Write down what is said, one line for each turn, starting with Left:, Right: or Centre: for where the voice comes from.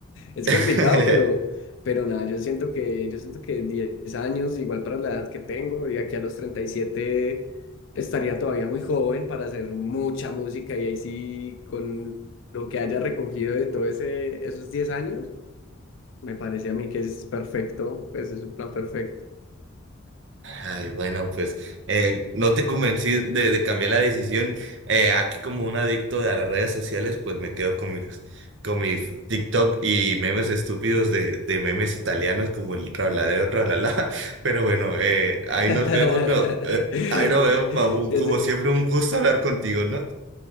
Left: Es
Right: <laughs>
Left: complicado, pero, pero nada, yo siento que, yo siento que 10 años, igual para la edad que tengo, y aquí a los 37 estaría todavía muy joven para hacer mucha música y ahí sí, con lo que haya recogido de todo ese, esos 10 años, me parece a mí que es perfecto, pues es un plan perfecto.
Right: Ay, bueno, pues eh, no te convencí de, de cambiar la decisión. Eh, aquí como un adicto a las redes sociales, pues me quedo con mis, con mi TikTok y memes estúpidos de, de memes italianos como el trabladero, trablala. <laughs> Pero bueno, eh, ahí
Left: <laughs>
Right: nos vemos, no, eh, ahí nos
Left: Ese-
Right: vemos, Mabun. Como siempre, un gusto hablar contigo, ¿no?